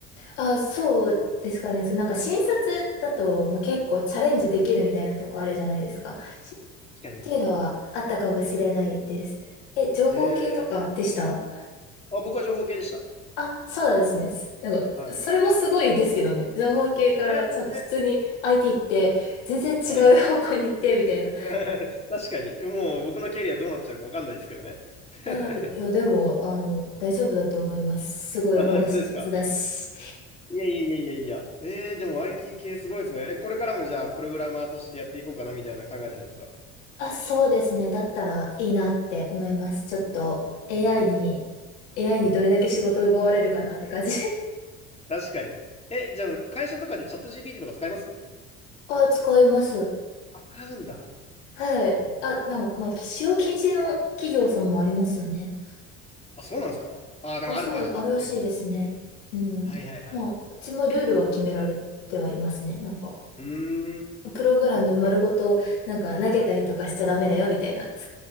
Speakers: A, on the left; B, on the left.
A: あ、そうですかね。そう、なんか新卒だともう結構チャレンジできるみたいなとこあるじゃないですか。しっ
B: 確かに。
A: ていうのはあったかもしれないです。え、情報系とかでした
B: えー、あ、僕は情報系でした。
A: あ、そうなんですね。すなんか、
B: はい。
A: それもすごいですけどね。
B: い
A: 情報系からちゃんと普通に
B: や、全然。
A: IT って全然違う方向に行ってみたいな。
B: はい <laughs> 確かに。もう僕のキャリアどうなっちゃうかわかんないですけどね。<laughs>
A: あ、いや、でも、あの、大丈夫だと思います。すごいお話上手だし。
B: あ、そですか。いやいやいやいやいや。えー、でも IT 系すごいですね。え、これからもじゃあ、プログラマーとしてやっていこうかなみたいな考えてるんですかな
A: あ、そうですね。だったらいいなって思います。ちょっと
B: るほど。
A: AI に、AI
B: うん。
A: にどれだけ仕事を奪われるかなって感じ。<laughs>
B: 確かに。え、じゃあ、会社とかでチャット GPT とか使います
A: あ、使います。
B: あ、使うんだ。
A: はい。
B: うん
A: あ、なんか、まあ、使用禁止の企業さんもありますよね。
B: あ、そうなんですかあー、でもあるか。
A: あ、そう、
B: 確かに。
A: あるらしいですね。うん。
B: はいはいはい。
A: まあ、うちもルールは決められてはいますね。なんか、
B: うーん。
A: プログラム丸ごと、
B: でも
A: なんか投げたりとかしちゃダメだよ、
B: はい
A: みたいな。